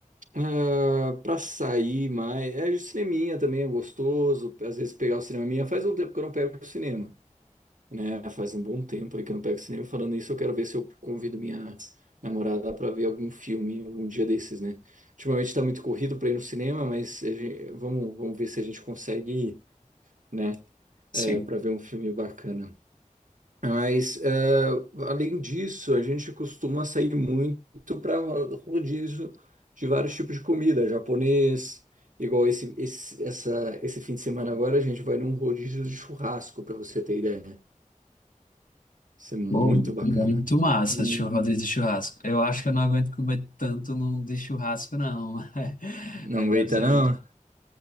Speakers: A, on the right (about 70°); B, on the left (about 80°).
A: Ah, pra sair mais. É, o cineminha também é gostoso. Às vezes pegar o cineminha. Faz um tempo que eu não pego o cinema. né? Faz um bom tempo aí que eu não pego cinema. Falando isso, eu quero ver se eu convido minha namorada para ver algum filme um dia desses, né? Ultimamente tá muito corrido para ir no cinema, mas a gen- vamos, vamos ver se a gente consegue ir, né?
B: Sim.
A: É, para ver um filme bacana. Mas, é, além disso, a gente costuma sair muito para rodízio de vários tipos de comida, japonês, igual esse, esse, essa, esse fim de semana agora, a gente vai num rodízio de churrasco, para você ter ideia. Isso é muito
B: Bom,
A: bacana.
B: muito massa,
A: Hum,
B: chur- rodízio de churrasco. Eu acho que eu não aguento comer tanto no- de churrasco, não. <laughs>
A: não
B: Aí
A: aguenta,
B: deve ser
A: não?
B: muito.